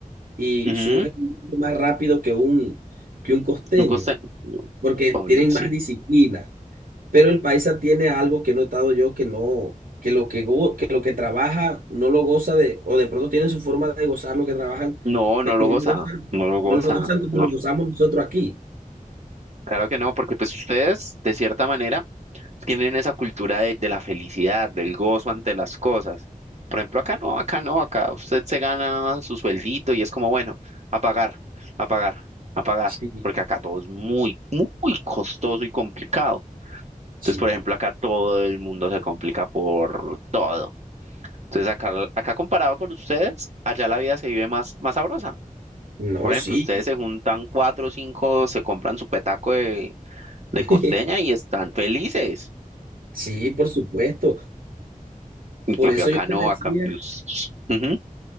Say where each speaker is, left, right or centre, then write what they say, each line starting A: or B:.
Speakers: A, on the right; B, on the right.
A: y
B: Ujú,
A: surgen mucho más rápido que un, que un costeño,
B: un coste-
A: porque
B: Ay,
A: tienen
B: sí.
A: más disciplina. Pero el paisa tiene algo que he notado yo que no, que lo que, go- que lo que trabaja no lo goza de, o de pronto tiene su forma de gozar lo que trabajan
B: No, no lo
A: no
B: goza,
A: lo usan,
B: no lo goza.
A: no lo usan como
B: No,
A: lo usamos nosotros aquí.
B: claro que no, porque pues ustedes, de cierta manera, tienen esa cultura de, de la felicidad, del gozo ante las cosas. Por ejemplo, acá no, acá no, acá usted se gana su sueldito y es como, bueno, a pagar, a pagar, a pagar,
A: Sí,
B: porque acá todo es muy, muy costoso y complicado. Entonces,
A: sí,
B: por ejemplo, acá todo el mundo se complica por todo. Entonces, acá, acá comparado con ustedes, allá la vida se vive más, más sabrosa.
A: no,
B: Por ejemplo,
A: sí,
B: ustedes se juntan cuatro o cinco, se compran su petaco de, de
A: <laughs>
B: costeña y están felices.
A: sí, por supuesto.
B: En
A: Por
B: cambio
A: eso
B: acá
A: yo
B: no,
A: te decía,
B: a cambio. s- ujú,